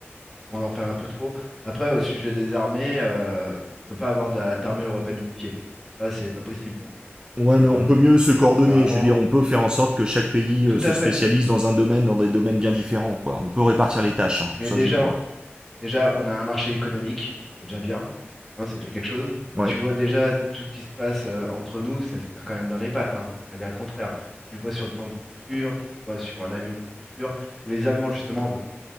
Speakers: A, in the centre; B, on the right (about 20°).
A: on en fait un peu trop. Après, au sujet des armées, euh, on peut pas avoir d'a- d'armée européenne unifiée. Ça, c'est pas possible. On-
B: ouais,
A: C'est
B: mais
A: des
B: on
A: armées
B: peut mieux
A: qui sont
B: se
A: faites
B: coordonner.
A: différemment.
B: Je veux dire, on peut faire en sorte que chaque pays
A: Tout
B: euh, se
A: à
B: spécialise
A: fait.
B: dans un domaine, dans des domaines bien différents, quoi. On peut répartir les tâches. hein.
A: Mais
B: Ça,
A: déjà,
B: j'y crois.
A: Déjà, on a un marché économique, c'est déjà bien, hein, c'est déjà quelque chose.
B: Ouais.
A: Et tu vois déjà tout ce qui se passe euh, entre nous, ça se tire quand même dans les pattes, hein, faut pas dire le contraire. Tu le vois sur le tank du futur, tu le vois sur l'avion du futur, où les Allemands justement veulent,